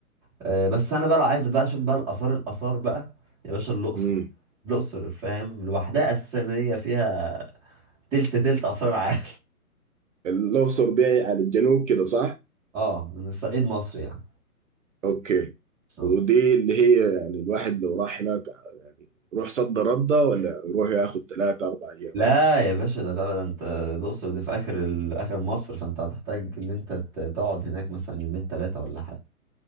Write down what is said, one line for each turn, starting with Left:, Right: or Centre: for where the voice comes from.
Centre: آه بس انا بقى لو عايز بقى اشوف بقى الاثار الاثار بقى يا باشا الاقصر
Right: امم
Centre: الاقصر فاهم لوحدها اساسا هي فيها تلت تلت اثار العالم
Right: الأقصر دي على الجنوب كده صح؟
Centre: <laughs> اه من صعيد مصر يعني
Right: أوكي
Centre: اه
Right: ودي اللي هي يعني الواحد لو راح هناك يعني يروح صد ردة ولا يروح ياخد ثلاثة أربع أيام
Centre: لا يا باشا ده طلع ده انت الاقصر دي في اخر ال- اخر مصر فانت هتحتاج ان انت ت- تقعد هناك مثلا يومين ثلاثه ولا حاجه